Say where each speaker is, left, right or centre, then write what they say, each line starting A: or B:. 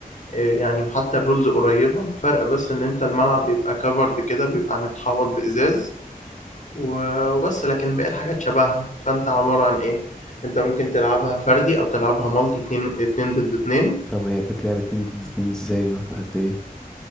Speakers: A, on the left (about 55°); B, in the centre.
A: آه، يعني وحتى الرولز قريبة فرق بس إن أنت الملعب بيبقى كفرد كده بيبقى متحوط بإزاز و- وبس لكن باقي الحاجات شبهها فانت عبارة عن ايه انت ممكن تلعبها فردي او تلعبها مالتي اتنين اتنين ضد اتنين
B: طب هي بتتلعب اتنين ضد اتنين ازاي بقى قد ايه